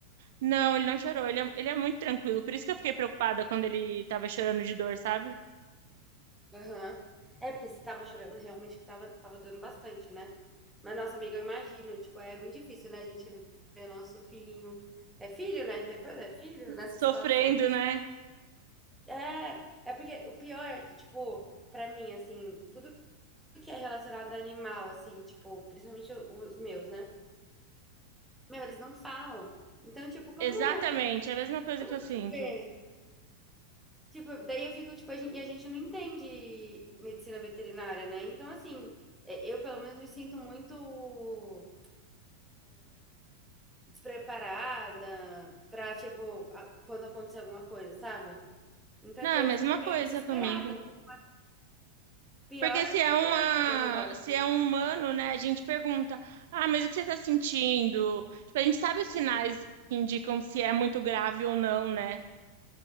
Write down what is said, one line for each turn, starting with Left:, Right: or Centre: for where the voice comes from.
Right: Não, ele não chorou. Ele é, ele é muito tranquilo. Por isso que eu fiquei preocupada quando ele tava chorando de dor, sabe?
Centre: Aham. É, porque você tava chorando, realmente que tava, tava doendo bastante, né? Mas, nossa, amiga, eu imagino, tipo, é muito difícil, né? A gente ver nosso filhinho. É filho, né? Não tem o que fazer, é filho nessa
Right: Sofrendo,
Centre: situação.
Right: né?
Centre: É, é porque o pior é que, tipo, pra mim, assim, tudo que é relacionado a animal, assim, tipo, principalmente os meus, né? Meu, eles não falam. Então, tipo, como,
Right: Exatamente. É a mesma coisa
Centre: como
Right: que
Centre: eu
Right: eu sinto.
Centre: vou saber? Tipo, daí eu fico, tipo, a gente, e a gente não entende medicina veterinária, né? Então, assim, é, eu pelo menos me sinto muito despreparada pra, tipo, a- quando acontecer alguma coisa, sabe? Então,
Right: Não,
Centre: tipo,
Right: é
Centre: eu
Right: a mesma
Centre: fico meio
Right: coisa
Centre: desesperada.
Right: comigo.
Centre: E Piora
Right: Porque se
Centre: do
Right: é
Centre: que
Right: uma,
Centre: ajuda o negócio.
Right: se
Centre: né?
Right: é um humano, né, a gente pergunta: "Ah, mas o que você tá sentindo?" Tipo, a gente sabe os sinais que indicam se é muito grave ou não, né?